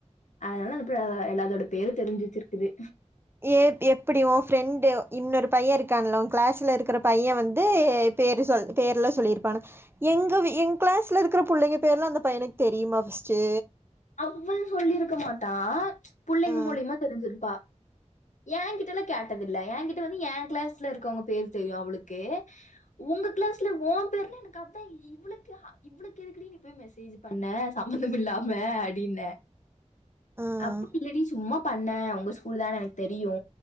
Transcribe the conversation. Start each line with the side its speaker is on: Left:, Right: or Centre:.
Left: அதனால அந்த எல்லாதோட பேரு தெரிஞ்சி வச்சிருக்குது
Right: ஏ எப்டி உன் ஃப்ரெண்டு இன்னொரு பைய இருக்கான்ல உன் கிளாஸ்ல இருக்கிற பைய வந்து பேரு சொல் பேர்லா சொல்லிருப்பான எங்க வி எங்க கிளாஸ்ல இருக்கிற புள்ளைங்க பேர்லா அந்த பையனுக்கு தெரியுமா ஃபஸ்ட்டு
Left: அவ்வள் சொல்லிருக்க மாட்டா புள்ளைங்க
Right: ம்
Left: மூலியமா தெரிஞ்சிருப்பா ஏ கிட்டலா கேட்டதில்ல ஏகிட்ட வந்து ஏ கிளாஸ்ல இருக்கவுங்க பேர் தெரியு அவளுக்கு உங்க கிளாஸ்ல ஓ பேர்ல எனக்கு அதா இவளுக்கு இவளுக்கெதுக்கு டி நீ போய் மெசேஜ் பண்ண சம்மந்தமில்லாம அடின்ன
Right: ம்
Left: அப்டி இல்ல டி சும்மா பண்ண உங்க ஸ்கூல் தான எனக்கு தெரியு